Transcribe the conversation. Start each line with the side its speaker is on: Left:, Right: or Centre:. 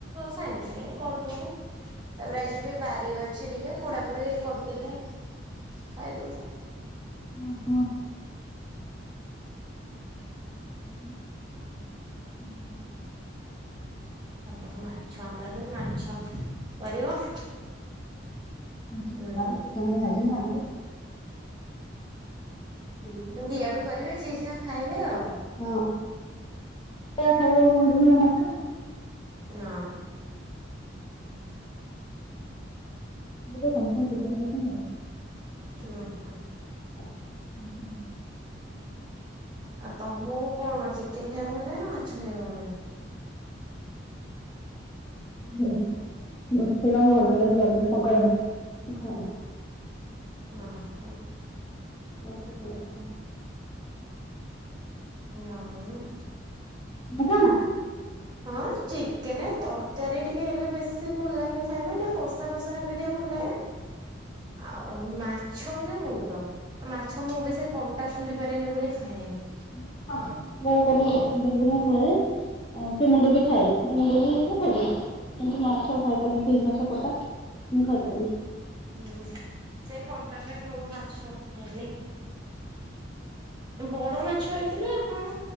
Right: ସାଙ୍ଗେ ସାଙ୍ଗେ କରୁଦବୁ ତାପରେ ଆଜି ବି ବାରି ଅଛି। କିଛି ଟିକେ ପୋଡ଼ାପୋଡ଼ି କରିଦେଲେ ଖାଇଦବୁ।
Left: ଅ ହଁ।
Right: ଏଇଆ ଆଉ।
Left: ଉଁ ହୁଁ ହୁଁ।
Right: ତମର ମାଛ ଆଣିଲନି ମାଛ କରିବ।
Left: <inaudible> ସିଏ
Right: ହୁଁ
Left: ତାଙ୍କର ଯାଇଛନ୍ତି ଆଣିବେ। ହୁଁ ହୁଁ।
Right: ଦିଆଡୁ କରିବେ ଯିଏ ଯାହା ଖାଇବେ ଆଉ।
Left: ହଁ ତ ଖାଇବେ <inaudible> ମାଛ।
Right: ନାଁ।
Left: <inaudible> ଚିକେନ ପସନ୍ଦ ଆଉ।
Right: ନୁହଁ।
Left: ଉଁ ହୁଁ।
Right: ଆଉ ତମକୁ କଣ ଚିକେନ ଖାଇବାକୁ ଭଲ ନା ମାଛ ଖାଇବାକୁ ଭଲ ଲାଗେ।
Left: ସେ ମାଛ ଖାଇବାକୁ ଭଲ ଲାଗେନି ଡରଲାଗେ କଣ୍ଟା ଡରଲାଗେ ମୁଁ ଖାଏନି।
Right: ଅଁ ହଁ।
Left: ମୋର ଚିକେନ ପସନ୍ଦ।
Right: ଆଉ।
Left: ଦେଖିବୁ ଏଇନା।
Right: ହଁ ଚିକେନ ତରକାରୀ ଟିକେ ହେଲେ ବେଶୀ ଭଲ ଲାଗେନି ଖାଇବା ପାଇଁ ଟିକେ କଷା ଫଷା ହେଲେ ଟିକେ ଭଲ ଲାଗେ। ଆଉ ମାଛ ହେଲେ ମୁଣ୍ଡ ମାଛ ଆଛା ମୁଁ ବି ସେ କଣ୍ଟା ଖୋଲି ପାରାରେନି ବୋଲି ଖାଏନି।
Left: <inaudible> ସେ ମୁଣ୍ଡ ବି ଖାଏ ସେ ମୁଣ୍ଡ ବି ଖାଇବି କିନ୍ତୁ ମାଛ ଖାଇପାରେନି ପିସ ମାଛ କଣ୍ଟା। ମୁଁ ଖାଇପାରେନି।
Right: ହୁଁ ସେ କଣ୍ଟା ପାଇଁ ମୁଁ ମାଛ ଖାଏନି ବଡ ମାଛ ଏ ଥିଲା ହଁ